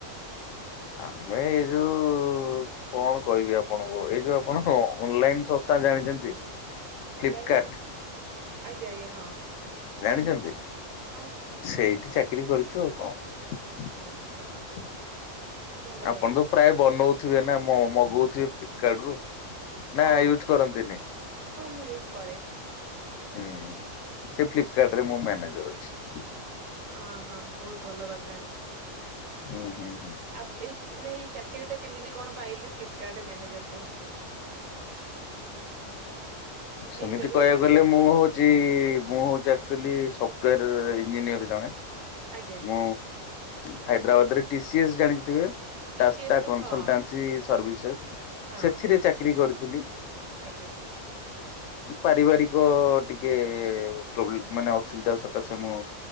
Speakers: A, on the left; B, on the right.
A: ଆମେ ଏଇ ଯୋଉ କଣ କହିବି ଆପଣଙ୍କୁ ଏଇ ଯୋଉ ଆପଣ ଅନଲାଇନ ସଂସ୍ଥା ଜାଣିଛନ୍ତି? ଫ୍ଲିପକାର୍ଟ
B: ଅନଲାଇନ୍ ସଂସ୍ ଆଜ୍ଞା ଆଜ୍ଞା ହଁ।
A: ଜାଣିଛନ୍ତି
B: ହଁ
A: ସେଇଠି ଚାକିରି କରିୁଛୁ ଆଉ କଣ।
B: ଓହୋ ଭଲ
A: ଆପଣ
B: କଥା
A: ତ ପ୍ରାୟ ବନଉ ଥିବେ ନା ମଗଉଥିବେ ଫ୍ଲିପକାର୍ଟ ରୁ ନା
B: ହଁ
A: ୟୁଜ କରନ୍ତିନି?
B: ହଁ ମୁଁ ୟୁଜ କରେ।
A: ହୁଁ ସେ ଫ୍ଲିପକାର୍ଟ ରେ ମୁଁ ମ୍ୟାନେଜର ଅଛି।
B: ଅହୋ ବହୁତ ଭଲ କଥା।
A: ହୁଁ ହୁଁ ହୁଁ
B: ଆଉ ଏଇ ମାନେ ଏଇ ଚାକିରିଟା କେମିତି କଣ ପାଇଲେ ଫ୍ଲିପକାର୍ଟରେ ମ୍ୟାନେଜର ପୋଷ୍ଟ? କିଛି
A: ସେମିତି
B: ଇଣ୍ଟରଭ୍ୟୁ
A: କହିବାକୁ
B: ବଗେରା
A: ଗଲେ ମୁଁ ହଉଛି ଚି ମୁଁ ହଉଛି ଆକ୍ଚ୍ୱାଲି ସଫ୍ଟଓୟାର ଇଞ୍ଜିନିୟର ଜଣେ।
B: ଆଜ୍ଞା
A: ମୁଁ ହାଇଦ୍ରାବାଦରେ ଟି ଏସ୍ ଜାଣିଥିବେ?
B: ଟି
A: ଟାସ୍ଟା
B: ସି ଏସ୍ ତ
A: କନ୍ସଲଟ
B: ହଁ
A: ସର୍ଭିର୍ସେସ୍
B: ହଁ
A: ସେଥିରେ ଚାକିରି କରିଥିଲି।
B: ଆଜ୍ଞା!
A: ପାରିବାରିକ ଟିକେ ପ୍ରୋବ୍ଲେମ ମାନେ ଅସୁବିଧା ସକାଶେ ମୁଁ